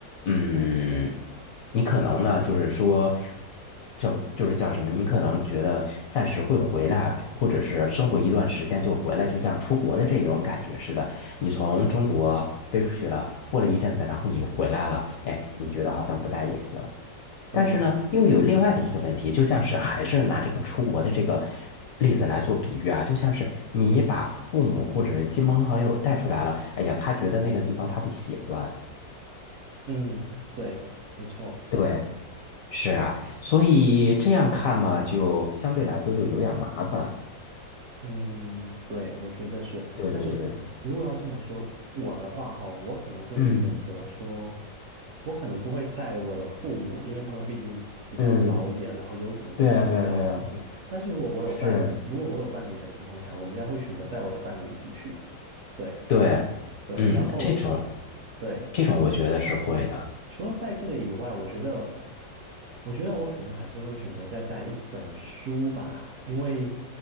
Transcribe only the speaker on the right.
嗯
嗯，对，没错。
嗯，对，我觉得是。
但是如果要这么说，我的话哈，我可能会选择说，
我可能不会带我的父母，因为他们毕竟比较老一点，
然后有可能会适应不了环境。
但是如果我有伴，
如果我有伴侣的情况下，我应该会选择带我的伴侣一起去。对，
对，
然后除
对除了
嗯除了带这个以外，我觉得我觉得我可能还是会选择再带一本书吧，因为